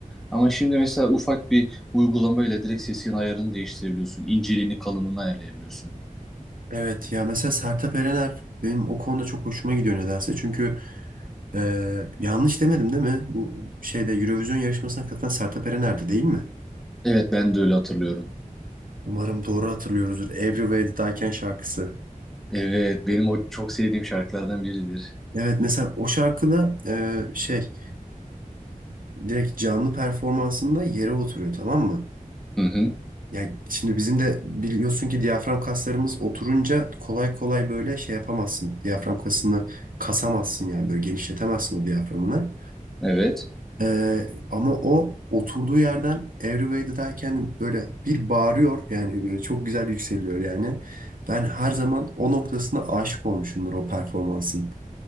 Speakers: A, in the centre; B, on the right (about 75°).
A: Ama şimdi mesela ufak bir uygulamayla direkt sesin ayarını değiştirebiliyorsun. İnceliğini, kalınlığını ayarlayabiliyorsun.
B: Evet ya mesela Sertab Erener benim o konuda çok hoşuma gidiyor nedense. Çünkü e, yanlış demedim değil mi? Bu şeyde Eurovision yarışmasına katılan Sertab Erener'di değil mi?
A: Evet ben de öyle hatırlıyorum.
B: Umarım doğru hatırlıyoruzdur. Every Way That I Can şarkısı.
A: Evet benim o çok sevdiğim şarkılardan biridir.
B: Evet mesela o şarkıda e, şey direkt canlı performansında yere oturuyor tamam mı?
A: Hı hı.
B: Yani şimdi bizim de biliyorsun ki diyafram kaslarımız oturunca kolay kolay böyle şey yapamazsın. Diyafram kasını kasamazsın yani böyle genişletemezsin o diyaframını.
A: Evet.
B: Ee, ama o oturduğu yerden Everyway'dayken böyle bir bağırıyor yani böyle çok güzel yükseliyor yani. Ben her zaman o noktasına aşık olmuşumdur o performansın.